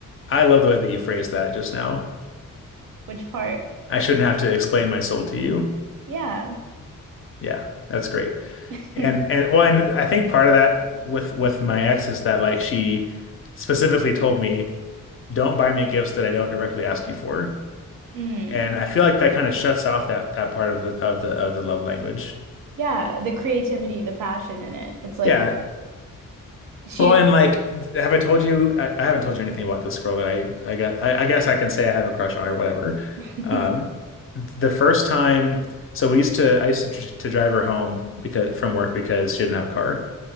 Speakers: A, on the left; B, on the right.
A: I love the way that you phrased that just now.
B: which part?
A: I shouldn't have to explain my soul to you.
B: Yeah.
A: Yeah, that's great.
B: <laughs>
A: And and well, and I think part of that with with my ex is that like she specifically told me, don't buy me gifts that I don't directly ask you for.
B: Mm.
A: And I feel like that kind of shuts off that that part of the of the of the love language.
B: Yeah, the creativity, the passion in it. It's like
A: Yeah.
B: she
A: Well, and like, have I told you? I, I haven't told you anything about this girl that I I got. I, I guess I can say I have a crush on or whatever.
B: didn't.
A: Um,
B: <laughs>
A: the first time, so we used to I used to dr- to drive her home because from work because she didn't have a car.